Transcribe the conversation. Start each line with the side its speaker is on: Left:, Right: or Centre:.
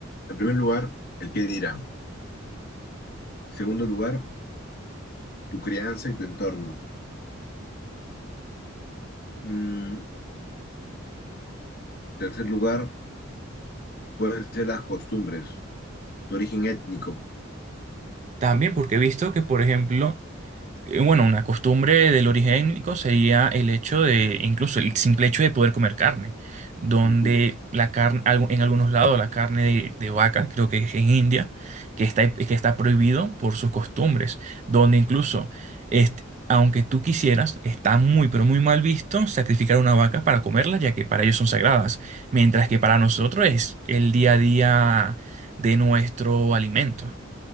Left: En primer lugar, el qué dirán. Segundo lugar, tu crianza y tu entorno. Mm, tercer lugar, pueden ser las costumbres, tu origen étnico.
Right: También porque he visto que, por ejemplo, eh, bueno, una costumbre del origen origénico sería el hecho de, incluso el simple hecho de poder comer carne, donde
Left: Ujú,
Right: la carne, en algunos lados la carne de, de vaca, creo que es en India, que está, que está prohibido por sus costumbres, donde incluso, este, aunque tú quisieras, está muy, pero muy mal visto sacrificar una vaca para comerla, ya que para ellos son sagradas, mientras que para nosotros es el día a día de nuestro alimento.